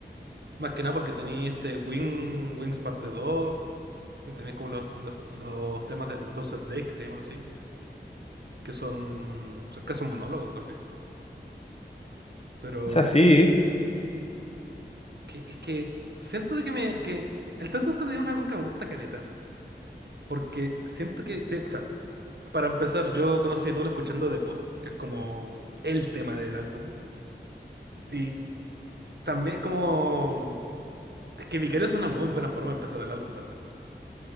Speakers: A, on the right; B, on the left.
A: Más que nada porque tenéis este Wing, Wings parte dos y tenéis como los, los, los temas de Tentoused Days que se llaman así, que son, son casi un monólogo, casi. Pero
B: O sea, sí.
A: que, es que siento de que me que el Tentoused Days es un álbum que me gusta caleta, porque siento que te- o sea, para empezar, yo conocí a Tool escuchando The Pot, que es como el tema del álbum. Y también como es que Vicario es una muy buena forma de empezar el álbum también.